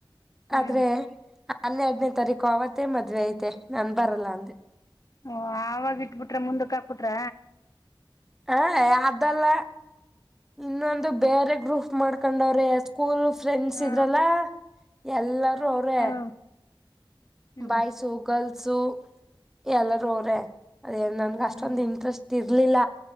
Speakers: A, on the left (about 40°); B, in the centre.
A: ಹ್ಮ್
B: ಆದ್ರೆ ಹನ್ನೆರಡನೇ ತಾರೀಕು ಅವತ್ತೇ ಮದ್ವೆ ಐತೆ ನನಾ ಬರಲ್ಲ ಅಂದೆ
A: ಓಹ ಆವಾಗ ಇಟ್ಬಿಟ್ರೆ ಮುಂದಕ್ಕೆ ಹಾಕಿಬಿಟ್ರ.
B: ಹ ಅದಲ್ಲ ಇನ್ನೊಂದು ಬೇರೆ ಗ್ರೂಪ್ ಮಾಡ್ಕೊಂಡವರೆ ಸ್ಕೂಲ್ ಫ್ರೆಂಡ್ಸ್
A: ಹಾ
B: ಇದ್ರಲ್ಲ ಎಲ್ಲಾರೂ ಅವರೆ.
A: ಹ್ಮ್ ಹ್ಮ್
B: ಬಾಯ್ಸು ಗರ್ಲ್ಸು ಎಲ್ಲರೂ ಅವ್ರೇ ನನ್ಗೆ ಅಷ್ಟೊಂದ
A: ಹ್ಮ್
B: ಇಂಟ್ರೆಸ್ಟ್ ತಿರ್ಲಿಲ್ಲ